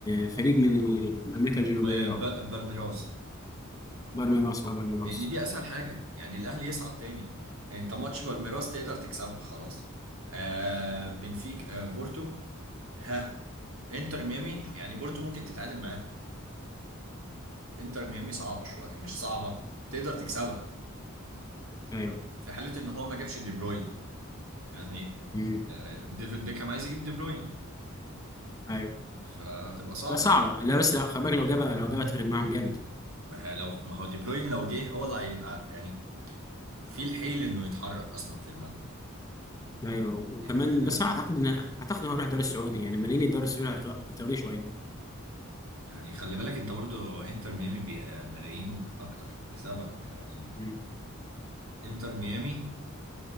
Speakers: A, on the left; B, on the right.
A: فريق من ال- امريكا الجنوبيه
B: وبالميراس
A: او بالميراس او بالميراس
B: لان دي اسهل حاجه يعني الاهلي يصعد تاني انت ماتش بالميراس تقدر تكسبه خلاص آه بنفيك آه بورتو ها انتر ميامي يعني بورتو ممكن تتعادل معاه انتر ميامي صعبه شويه مش صعبه تقدر تكسبها
A: ايوه
B: في حاله ان هو ما جابش دي بروين يعني
A: مم.
B: آه، ديفيد بيكهام عايز يجيب دي بروين
A: ايوه
B: فتبقى صعبه
A: بس صعبه
B: دي بروين.
A: لا بس لا خلي بالك لو جابها لو جابها تفرق معاهم جامد
B: ما هي- لو ما هو دي بروين لو جه هو اللي هيبقى يعني في الحيل انه يتحرك اصلا في الملعب
A: ايوه وكمان
B: انت فاهم
A: بس اعتقد ان اعتقد ان هروح الدوري السعودي يعني ماليني الدوري السعودي هت- هتغريه شويه
B: يعني خلي بالك انت برضو انتر ميامي بي- آه، ملايين اكتر لسبب يعني
A: مم.
B: انتر ميامي